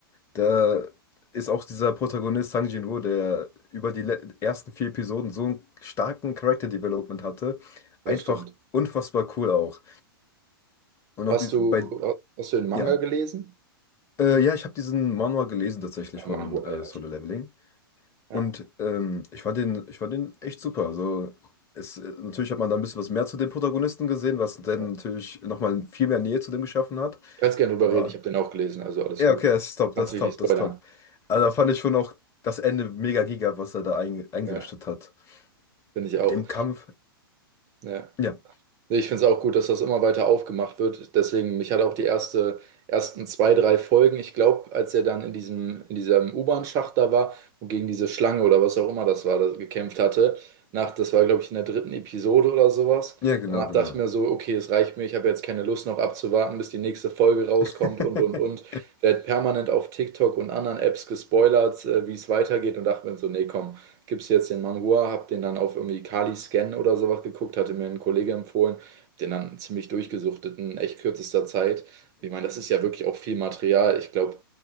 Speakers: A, on the left; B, on the right.
A: da ist auch dieser Protagonist Sang Jin-woo, der über die le- ersten vier Episoden so einen starken Character-Development hatte,
B: das
A: einfach
B: stimmt.
A: unfassbar cool auch. Und auch
B: Hast
A: die, bei,
B: du, hast du den Manga
A: ja,
B: gelesen?
A: äh, ja, ich habe diesen Manhwa gelesen tatsächlich
B: Ah,
A: von
B: Mango,
A: äh,
B: ah, ja,
A: Solo
B: stimmt.
A: Leveling.
B: Ja,
A: Und ähm, ich fand den, ich fand den echt super. Also es, äh, natürlich hat man da ein bisschen was mehr zu dem Protagonisten gesehen, was dann
B: ja.
A: natürlich nochmal viel mehr Nähe zu dem geschaffen hat.
B: Kannst gerne drüber
A: Aber
B: reden, ich habe den auch gelesen, also alles
A: ja,
B: gut.
A: okay, das ist top,
B: Kannst
A: das ist
B: mich
A: top,
B: nicht spoilern.
A: das ist top. Also da fand ich schon auch das Ende mega giga, was er da einge- eingerichtet
B: Ja,
A: hat.
B: bin ich auch.
A: Mit dem Kampf.
B: Ja.
A: Ja,
B: Nee, Ich finde es auch gut, dass das immer weiter aufgemacht wird. Deswegen, mich hat auch die erste, ersten zwei, drei Folgen, ich glaube, als er dann in diesem, in diesem U-Bahn-Schacht da war und gegen diese Schlange oder was auch immer das war, das gekämpft hatte, nach, das war, glaube ich, in der dritten Episode oder sowas.
A: ja, genau,
B: Danach
A: genau.
B: dachte ich mir so, okay, es reicht mir, ich habe jetzt keine Lust noch abzuwarten, bis die nächste Folge rauskommt
A: <laughs>
B: und, und, und. Werd permanent auf TikTok und anderen Apps gespoilert, äh, wie es weitergeht und dachte mir so, nee, komm, gibst jetzt den Manhua, hab den dann auf irgendwie Kali Scan oder sowas geguckt, hatte mir ein Kollege empfohlen den dann ziemlich durchgesuchtet in echt kürzester Zeit. Und ich meine, das ist ja wirklich auch viel Material. Ich glaube,